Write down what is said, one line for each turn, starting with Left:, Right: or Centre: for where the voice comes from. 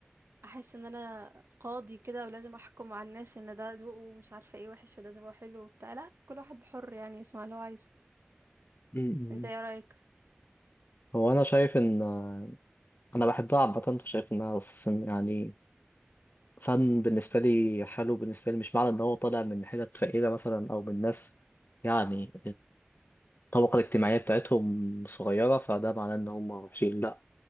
Right: احس ان انا قاضي كده ولازم احكم على الناس ان ده ذوقه مش عارفه ايه وحش وده ذوقه حلو وبتاع لا كل واحد حر يعني يسمع اللي هو عايزه
Left: مم.
Right: انت ايه رايك
Left: هو أنا شايف إن آه، أنا بحبها عامة فشايف إنها أساسا يعني فن بالنسبة لي حلو بالنسبة لي مش معنى إن هو طالع من حتت فقيرة مثلا أو من ناس يعني الطبقة الاجتماعية بتاعتهم صغيرة فده معناه إن هم وحشين لأ